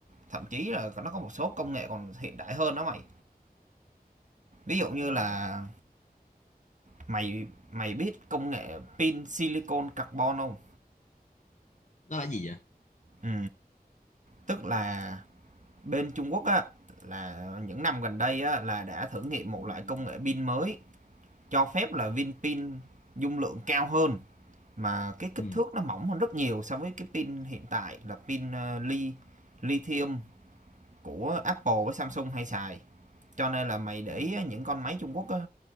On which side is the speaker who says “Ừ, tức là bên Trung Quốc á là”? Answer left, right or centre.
Right